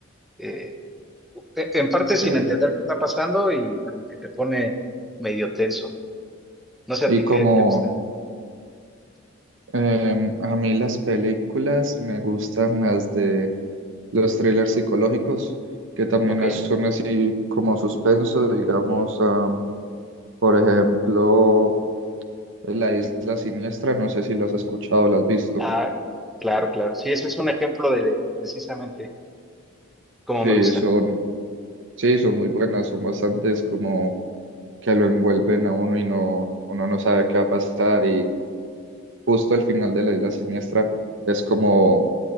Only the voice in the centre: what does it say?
eh, e- en parte
sin entender qué está pasando y como que te pone medio tenso. No sé
a ti
qué te gusta.
Ok.
Ah, claro, claro. Sí, ese es un ejemplo de precisamente cómo
me gusta.